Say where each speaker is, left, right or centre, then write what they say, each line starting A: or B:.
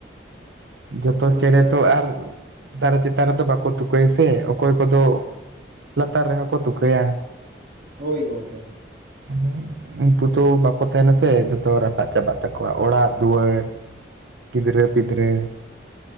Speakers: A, on the right; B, on the right.
A: ᱡᱚᱛᱚ
B: ᱢᱮᱱᱠᱷᱟᱱ
A: ᱪᱮᱸᱬᱮ ᱛᱚ ᱟᱨ ᱫᱟᱨᱮ ᱪᱮᱛᱟᱱ ᱨᱮᱫᱚ ᱵᱟᱠᱚ ᱛᱩᱠᱟᱹᱭᱟ ᱥᱮ, ᱚᱠᱚᱭ ᱠᱚᱫᱚᱼᱼ ᱞᱟᱛᱟᱨ ᱨᱮᱦᱚᱸ ᱠᱚ ᱛᱩᱠᱟᱹᱭᱟ᱾
B: ᱦᱳᱣ ᱜᱚᱝᱠᱮ,
A: ᱟᱫᱚᱼᱼ ᱩᱱᱠᱩᱛᱩ ᱵᱟᱠᱚ ᱛᱟᱦᱮᱸᱱᱟ ᱥᱮ ᱡᱚᱛᱚ ᱨᱟᱯᱟᱜ ᱪᱟᱵᱟᱜ ᱛᱟᱠᱚᱣᱟ ᱚᱲᱟᱜ, ᱫᱩᱣᱟᱹᱨ, ᱜᱤᱫᱽᱨᱟᱹ, ᱯᱤᱫᱽᱨᱟᱹ,